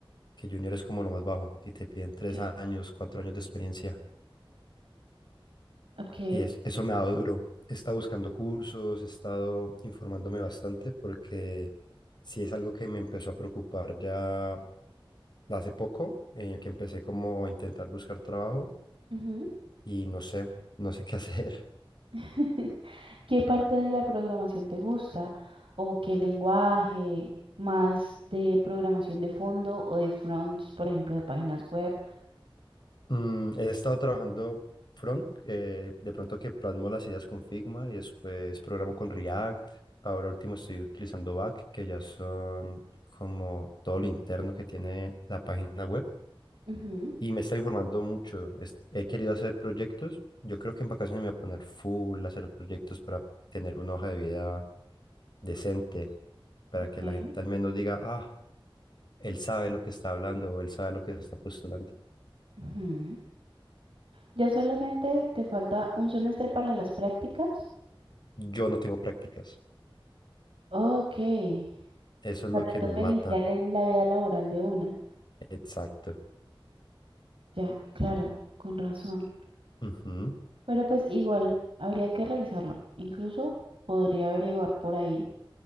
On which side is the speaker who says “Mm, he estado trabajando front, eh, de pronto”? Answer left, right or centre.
Left